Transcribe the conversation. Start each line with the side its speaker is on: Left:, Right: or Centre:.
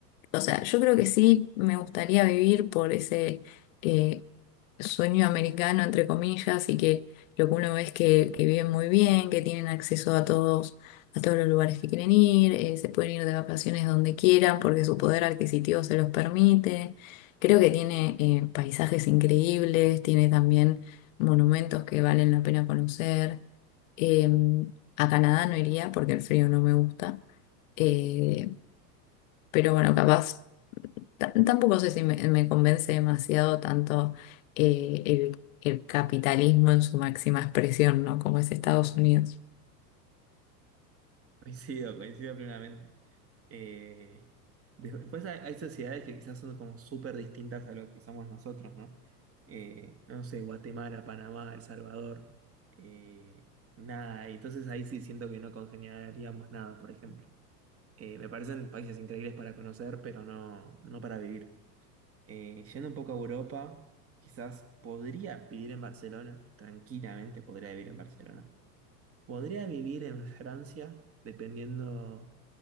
Left: O sea, yo creo que sí me gustaría vivir por ese eh, sueño americano, entre comillas, y que lo que uno ve es que, que viven muy bien, que tienen acceso a todos, a todos los lugares que quieren ir, eh, se pueden ir de vacaciones donde quieran porque su poder adquisitivo se los permite. Creo que tiene eh, paisajes increíbles, tiene también monumentos que valen la pena conocer. Em, a Canadá no iría porque el frío no me gusta. Eh, pero bueno, capaz. Ta- Tampoco sé si me, me convence demasiado tanto eh, el, el capitalismo en su máxima expresión, ¿no? Como es Estados Unidos.
Right: Coincido, coincido plenamente. Eh, después hay, hay sociedades que quizás son como súper distintas a lo que somos nosotros, ¿no? Eh, no sé, Guatemala, Panamá, El Salvador, eh, nada, y entonces ahí sí siento que no congeniaríamos nada, por ejemplo. Eh, me parecen países increíbles para conocer, pero no, no para vivir. Eh, yendo un poco a Europa, quizás podría vivir en Barcelona, tranquilamente podría vivir en Barcelona. Podría vivir en Francia, dependiendo